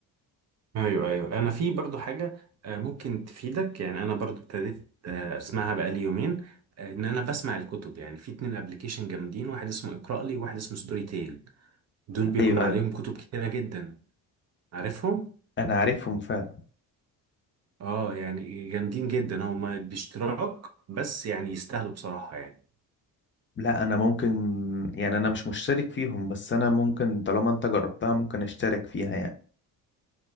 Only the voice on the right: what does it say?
ايوه ايوه انا في برضو حاجه آه، ممكن تفيدك يعني انا برضو ابتديت آه، اسمعها بقالي يومين آه، ان انا بسمع الكتب يعني في اتنين ابلكيشن جامدين واحد اسمه اقرا لي وواحد اسمه ستوري تيل دول بيكونوا
عليهم
كتب كتيره جدا عارفهم
اه يعني جامدين جدا هما باشتراك بس يعني يستاهلوا بصراحة يعني